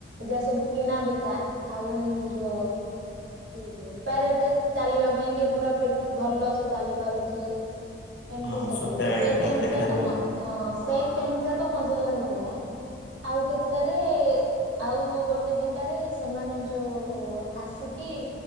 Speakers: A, on the right; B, on the left.
A: ଯାହା ସବୁ କିଣା ବିକା ଆଉ ଏମତି ଯୋ ଜୋତାରେ ଟେ ଚାଲିବା ପାଇଁ କି ପୁରା ଫି ଭଲ ସେ ଚାଲିପାରୁଚି। ଏମତି
B: ହଁ
A: ସବୁ
B: ସକାଳେ
A: ସେ
B: ଟା
A: କ୍ୟାମ୍ପ
B: ଦେଖା
A: ଯାକ
B: ହୁଏ
A: ମ
B: ଆଉ।
A: ହଁ ସେ କ୍ୟାମ୍ପ ଯାକ ମଜା ଲାଗୁଥିଲା। ଆଉ କେତେଟାରେ ଆଉ ଗୋଟେ ଦିଟାରେ ସେମାନେ ଯୋଉ ଆସିକି